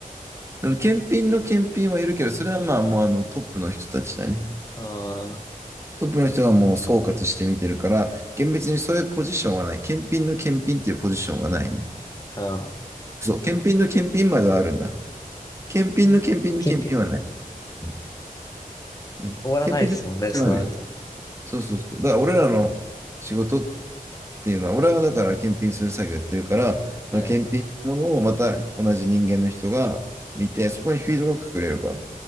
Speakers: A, on the right (about 20°); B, on the left (about 25°).
A: あの検品の検品はいるけど、それはまあもうあのトップの人たちだね。
B: ああ
A: トップの人がもう総括して見てるから、厳密にそういうポジションはない。検品の検品っていうポジションはないね。
B: ー、あー
A: そう、検品の検品まではあるんだ。検品の検品の検品はない。
B: 検品だ、検品、
A: うんうん、
B: 終わらないですもんね、
A: 検品の検品はあるよ。
B: そうなると。
A: そうそうそう。だから俺らの仕事っていうのは、俺はだから検品する作業やってるから、
B: はい。
A: その検品したものをまた同じ人間の人が見て、そこにフィードバックくれるから。